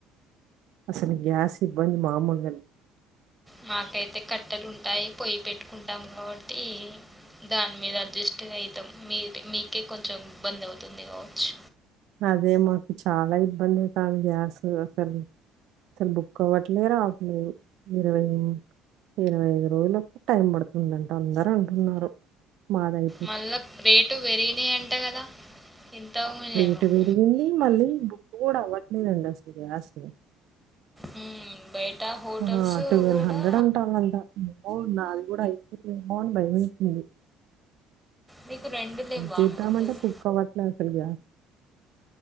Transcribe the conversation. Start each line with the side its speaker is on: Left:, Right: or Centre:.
Right: అసలు గ్యాస్ ఇబ్బంది మామూలుగా లే
Centre: మాకైతే కట్టెలున్ అయి పొయి పెట్టుకుంటాం కాబట్టి దాని మీద అడ్జస్ట్ అవుతాం మీరు మీకే కొంచెం ఇబ్బంది అవుతుంది కావచ్చు
Right: అదే మాకు చాలా ఇబ్బందికాదు గ్యాస్ అసలు అసలు బుక్ అవ్వట్లేదు రావట్లేదు ఇరవై ఇరవై ఐదు రోజులలకు టైం పడుతుందింట అందరు అంటున్నారు మాదయి
Centre: మళ్ళా రేటు పెరిగినయి అంట కదా ఇంత <unintelligible>
Right: రేటు పెరిగింది మళ్ళీ బుక్ కూడా అవ్వట్లేదండి అసలుయాసలు
Centre: మ్మ్. బయట హోటల్స్
Right: ఆ ట్వెల్వ్
Centre: కూడా
Right: హండ్రెడ్ అంటాందంటా అవున కూడా ఎపుడుపోను భయమైతుంది
Centre: మీకు రెండు లేవా
Right: జీతమంటే
Centre: ముద్దులు
Right: పుక్క పట్ల అసలు గ్యాస్